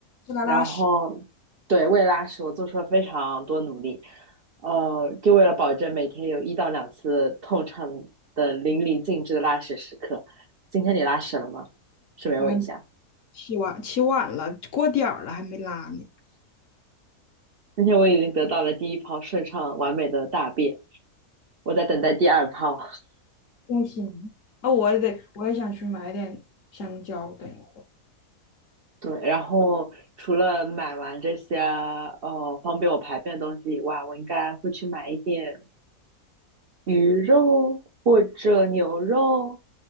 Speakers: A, on the left; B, on the right.
A: 去来拉屎，
B: 然后对为拉屎我做出了非常多努力。呃，就为了保证每天有一到两次痛畅的淋漓尽致的拉屎时刻。今天你拉屎了吗？顺便问一下，
A: 我还起晚起晚了，过点儿了还没拉呢。
B: 今天我已经得到了第一泡顺畅完美的大便，我在等待第二泡。<laughs>
A: 恭喜你！啊、我也得我也想去买点香蕉，等一会儿。
B: 对，然后除了买完这些呃方便我排便的东西以外，我应该会去买一点鱼肉或者牛肉，